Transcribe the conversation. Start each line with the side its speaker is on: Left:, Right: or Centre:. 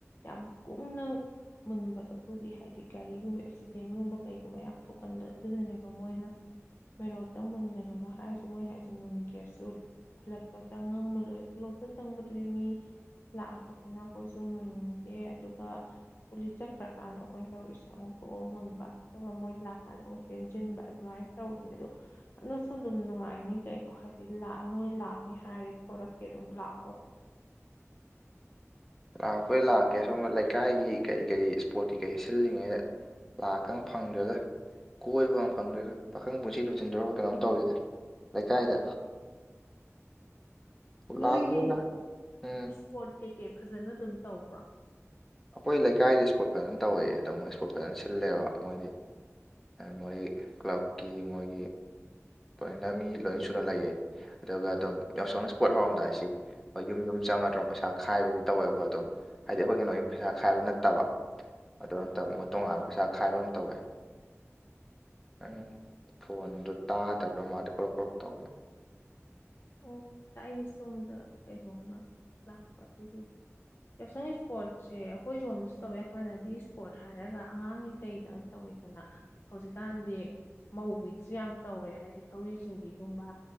Left: ꯌꯥꯝ ꯀꯨꯡꯅ ꯃꯨꯟꯕꯁꯨ ꯑꯗꯨꯒꯤ ꯍꯥꯏꯗꯤ ꯒꯥꯔꯤꯒꯨꯝꯕ ꯑꯦꯛꯁꯤꯗꯦꯟꯒꯨꯝꯕ ꯀꯩꯒꯨꯝꯕ ꯌꯥꯝ ꯊꯣꯛꯀꯟꯕ ꯑꯗꯨꯗꯅꯅꯦꯕ ꯃꯣꯏꯅ ꯃꯦꯔꯣꯠꯇ ꯃꯨꯟꯒꯅꯨꯅꯥ ꯍꯥꯏꯁꯦ ꯃꯣꯏ ꯍꯥꯏꯁꯦ ꯃꯨꯟꯒꯦꯁꯨ ꯈꯨꯂꯛꯇ ꯆꯪꯉꯝ ꯃꯨꯜꯂꯣꯏ ꯈꯨꯂꯣꯛꯇ ꯆꯪꯕꯗꯨꯗꯤ ꯃꯤ ꯂꯥꯛꯍꯥꯛꯇꯛꯅꯤꯅ ꯑꯩꯈꯣꯏꯁꯨ ꯃꯨꯟꯒꯦ ꯑꯗꯨꯒ ꯄꯨꯂꯤꯁ ꯆꯠꯈ꯭ꯔꯀꯥꯟꯗ ꯑꯩꯈꯣꯏꯅ ꯇꯧꯔꯤꯁꯦ ꯑꯃꯨꯛ ꯀꯣꯛꯑꯣ ꯃꯨꯟꯕ ꯑꯗꯨꯒ ꯃꯣꯏ ꯂꯥꯛꯀꯥꯟꯗ ꯑꯃꯨꯛ ꯆꯦꯟꯁꯤꯟꯕ ꯑꯗꯨꯃꯥꯏꯅ ꯇꯧꯔꯦ ꯑꯗꯣ ꯅꯣꯛꯁꯨ ꯗꯨꯝ ꯅꯣꯛ ꯅꯨꯡꯉꯥꯏꯅꯤ ꯀꯩꯅꯣ ꯍꯥꯏꯗꯤ ꯂꯥꯛꯑ ꯅꯣꯏ ꯂꯥꯛꯅꯤ ꯍꯥꯏꯔꯦ ꯈꯣꯠꯂꯛꯀꯦ ꯑꯗꯨꯝ ꯂꯥꯛꯑꯣ
Centre: ꯂꯥꯛꯄꯣꯏ ꯂꯥꯛꯀꯦ ꯁꯣꯝꯕ ꯂꯩꯀꯥꯏꯒꯤ ꯀꯔꯤ ꯀꯔꯤ ꯏꯁꯄꯣꯔꯠꯀꯤ ꯀꯩ ꯁꯤꯜꯂꯤꯉꯩꯗ ꯂꯥꯛꯀ ꯐꯪꯗ꯭ꯔꯦꯗ ꯀꯣꯏꯕꯒ ꯐꯪꯗ꯭ꯔꯦꯒ ꯄꯥꯈꯪ ꯄꯨꯟꯁꯤ ꯂꯣꯏꯁꯤꯟꯗꯧꯔꯕ ꯀꯩꯅꯣꯝ ꯇꯧꯔꯤꯗ ꯂꯩꯀꯥꯏꯗ
Left: <unintelligible> ꯅꯣꯏꯒꯤ
Centre: ꯂꯥꯛꯄꯩ ꯂꯥꯛ ꯎꯝ
Left: ꯏꯁꯄꯣꯔꯠ ꯀꯩꯀꯩ ꯐꯖꯅ ꯑꯗꯨꯝ ꯇꯧꯕ꯭ꯔꯥ
Centre: ꯑꯩꯈꯣꯏ ꯂꯩꯀꯥꯏꯗꯤ ꯏꯁꯄꯣꯔꯠ ꯐꯖꯅ ꯇꯧꯋꯤ ꯑꯗꯣ ꯃꯣꯏ ꯏꯁꯄꯣꯔꯠ ꯐꯖꯅ ꯁꯤꯜꯂꯦꯕ ꯃꯣꯏꯗꯤ ꯃꯣꯏ ꯀ꯭ꯂꯕꯀꯤ ꯃꯣꯏꯒꯤ ꯂꯣꯏꯅ ꯃꯤ ꯂꯣꯏ ꯁꯨꯅ ꯂꯩꯌꯦꯦ ꯑꯗꯨꯒ ꯑꯗꯨꯝ ꯌꯥꯎꯁꯪ ꯏꯁꯄꯣꯠ ꯍꯧꯔꯝꯗꯥꯏꯁꯤ ꯍꯣꯏ ꯌꯨꯝ ꯌꯨꯝ ꯆꯪꯉꯗ꯭ꯔꯣ ꯄꯩꯁꯥ ꯈꯥꯏꯕꯗꯤ ꯇꯧꯋꯦꯕ ꯑꯗꯨꯝ ꯍꯥꯏꯗꯤ ꯑꯩꯈꯣꯏ ꯀꯩꯅꯣꯒꯤ ꯄꯩꯁꯥ ꯈꯥꯏꯕ ꯅꯠꯇꯕ ꯑꯗꯨ ꯑꯃ ꯇꯣꯉꯥꯟꯅ ꯄꯩꯁꯥ ꯈꯥꯏꯕ ꯑꯃ ꯇꯧꯋꯦ ꯎꯝ ꯐꯣꯟꯗꯣ ꯇꯥꯗꯕ꯭ꯔꯥ ꯃꯥꯗꯤ ꯀ꯭ꯔꯣꯛ ꯀ꯭ꯔꯣꯛ ꯇꯧꯕ
Left: ꯑꯣ ꯇ ꯁꯣꯝꯗ ꯀꯩꯅꯣꯝꯃ ꯂꯥꯛꯄ ꯑꯗꯨꯒꯤꯅꯤ ꯌꯥꯎꯁꯪ ꯏꯁꯄꯣꯔꯠꯁꯦ ꯑꯩꯈꯣꯏ ꯁꯣꯟꯝꯕꯁꯨ ꯇꯧꯋꯦ ꯍꯥꯟꯅꯗꯤ ꯏꯁꯄꯣꯔꯠ ꯍꯥꯏꯔꯒ ꯑꯉꯥꯡꯒꯤꯩ ꯀꯩꯗꯪ ꯇꯧꯏꯤ ꯗꯅ ꯍꯧꯖꯤꯛꯀꯥꯟꯗꯤ ꯃꯧꯒꯤꯁꯨ ꯌꯥꯝ ꯇꯧꯔꯦ ꯍꯥꯏꯗꯤ ꯊꯧꯔꯤ ꯆꯤꯡꯕꯤꯒꯨꯝꯕ